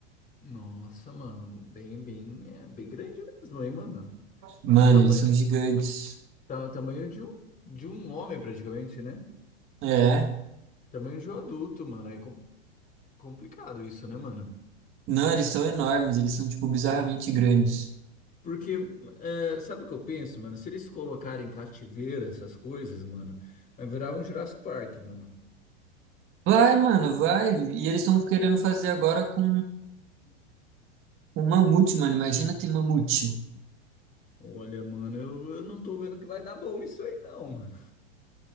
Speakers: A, on the left (about 25°); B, on the right (about 35°).
A: Nossa, mano, bem, bem, é bem grande mesmo, hein, mano?
B: Mano,
A: Tu- Tama
B: eles são gigantes.
A: ta- tamanho de um, de um homem, praticamente, né?
B: É.
A: Tamanho de um adulto, mano. É com- complicado isso, né, mano?
B: Não, eles são enormes, eles são, tipo, bizarramente grandes.
A: Porque, é, sabe o que eu penso, mano? Se eles colocarem cativeiro, essas coisas, mano, vai virar um Jurassic Park, mano.
B: Vai, mano, vai. E eles estão querendo fazer agora com. Com mamute, mano. Imagina ter mamute.
A: Olha, mano, eu, eu não tô vendo que vai dar bom isso aí, não, mano.